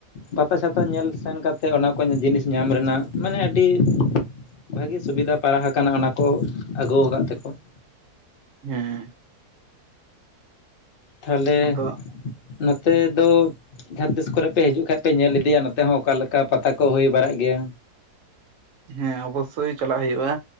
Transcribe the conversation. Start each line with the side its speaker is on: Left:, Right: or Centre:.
Left: ᱯᱟᱛᱟ ᱪᱷᱟᱛᱟ ᱧᱮᱞ ᱥᱮᱱ ᱠᱟᱛᱮᱫ ᱚᱱᱟ ᱠᱚ ᱡᱤᱱᱤᱥ ᱧᱟᱢ ᱨᱮᱱᱟᱜ ᱢᱟᱱᱮ ᱟᱹᱰᱤ ᱵᱷᱟᱹᱜᱤ ᱥᱩᱵᱤᱫᱷᱟ ᱯᱟᱲᱟᱣ ᱟᱠᱟᱱᱟ ᱚᱱᱟ ᱠᱚ ᱟᱹᱜᱩ ᱟᱠᱟᱫ ᱛᱮᱠᱚ ᱾
Right: ᱦᱮᱸᱻ
Left: ᱛᱟᱦᱟᱞᱮ,
Right: ᱟᱫᱚ
Left: ᱱᱚᱛᱮ ᱫᱚ ᱡᱟᱦᱟᱸ ᱛᱤᱥ ᱠᱚᱨᱮ ᱯᱮ ᱦᱤᱡᱩ-ᱜ ᱠᱷᱟᱱᱡ ᱯᱮ ᱧᱮᱞ ᱤᱫᱤᱭᱟ ᱾ᱱᱚᱛᱮ ᱦᱚᱸ ᱚᱠᱟᱞᱮ ᱞᱮᱠᱟ ᱯᱟᱛᱟ ᱠᱚ ᱾ᱦᱩᱭ ᱵᱟᱲᱟ-ᱜ ᱜᱮᱭᱟ᱾
Right: ᱦᱮᱸ ᱚᱵᱚᱥᱥᱳᱭ ᱪᱟᱞᱟ-ᱜ ᱦᱩᱭᱩᱜᱼᱟ᱾